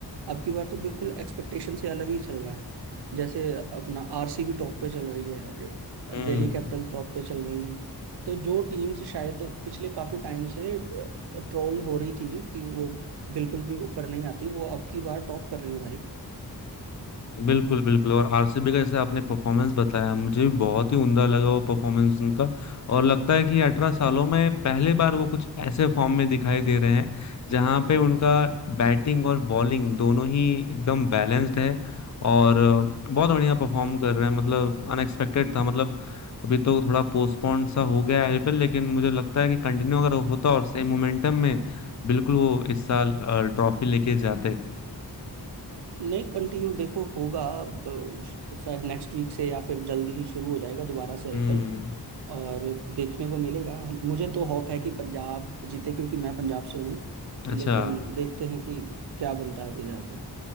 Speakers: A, on the right; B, on the left.
A: अब की बार तो बिल्कुल एक्सपेक्टेशन से अलग ही चल रहा है जैसे अपना आरसीबी टॉप पे चल रही है
B: हम्म
A: दिल्ली कैपिटल टॉप पे चल रही है तो जो टीम्स शायद पिछले काफी टाइम से ट्रोल हो रही थी कि वो बिल्कुल भी ऊपर नहीं आती वो अब की बार टॉप कर रही है
B: बिल्कुल बिल्कुल और आरसीबी का जैसे आपने परफॉर्मेंस बताया मुझे भी बहुत ही उमदा लगा वो परफॉर्मेंस उनका और लगता है कि अठारह सालों में पहली बार वो कुछ ऐसे फॉर्म में दिखाई दे रहे हैं जहां पे उनका बैटिंग और बॉलिंग दोनों ही एकदम बैलेंस्ड है और अ, बहुत बढ़िया परफॉर्म कर रहे हैं मतलब अनएक्सपेक्टेड
A: भाई
B: था मतलब अभी तो थोड़ा पोस्टपोन सा हो गया आईपीएल लेकिन मुझे लगता है कि कंटिन्यू अगर होता और सेम मोमेंटम में बिल्कुल वो इस साल ट्रॉफी लेके जाते
A: नहीं कंटिन्यू देखो होगा अब, अ, शायद नेक्स्ट वीक से या फिर जल्दी ही शुरू हो जाएगा दोबारा से आईपीएल
B: हम्म
A: और देखने को मिलेगा मुझे तो होप है कि पंजाब जीते क्योंकि मैं पंजाब से हूँ
B: अच्छा
A: लेकिन देखते हैं कि क्या बनता है आगे जाके